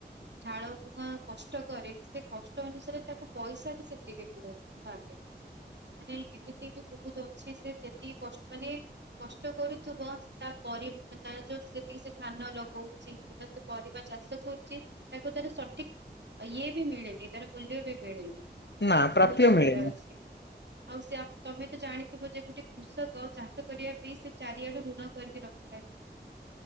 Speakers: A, on the right (about 80°); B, on the left (about 75°).
A: ଝାଳ ବୁହା କଷ୍ଟ କରେ ସେ କଷ୍ଟ ଅନୁସାରେ ତାକୁ ପଇସା ବି ସେତିକି ମିଳୁନି। ଭାବେ ମାନେ ଏମିତି ବି ବୋହୁତ ଅଛି ସେ ଯେତିକି କଷ୍ ମାନେ କଷ୍ଟ କରୁଥୁବ ତାପରେ ବି ମାନେ ତାର ଯୋଉ ସେତିକି ସେ ଧାନ ଲଗଉଚି କିବା ସେ ପରିବା ଚାଷ କରୁଚି ତାକୁ ତାର ସଠିକ୍ ଆ ଇଏ ବି ମିଳେନି ତାର ମୂଲ୍ୟ ବି ମିଳେନି
B: ନା ପ୍ରାପ୍ୟ
A: ବୋହୁ ଜାଗାରେ
B: ମିଳେନି
A: ଅଛି। ଆଉ ସେଆ ତମେ ତ ଜାଣିଥିବ ଯେ ଗୋଟେ କୃଷକ ଚାଷ କରିବା ପାଇଁ ସେ ଚାରିଆଡୁ ଋଣ କରିକି ରଖିଥାଏ।